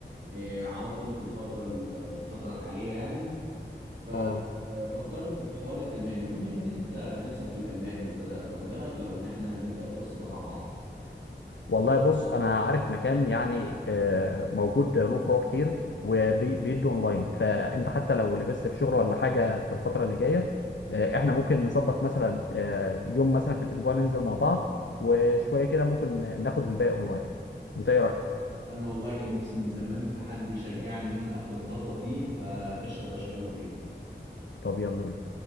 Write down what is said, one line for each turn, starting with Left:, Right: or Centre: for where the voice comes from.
Right: آه، عاطل في الفتره ال- في الفتره الحاليه يعني ففكرت
Left: اه
Right: في حوار الالماني وبما ان انت نفسك في الالماني وكده طب ما ايه رايك لو ان احنا نبدا الكورس ده مع بعض
Left: والله بص انا عارف مكان يعني آه، موجود له فروع كتير وبيدوا اونلاين فانت حتى لو لبست في شغل ولا حاجه في الفتره اللي جايه آه، احنا ممكن نظبط مثلا آه، يوم مثلا في الاسبوع ننزل مع بعض وشويه كده ممكن ناخد الباقي اونلاين انت ايه رايك
Right: انا والله كان نفسي من زمان في حد يشجعني ان انا اخد الخطوه دي فقشطه يا باشا يلا بينا
Left: طب يلا بينا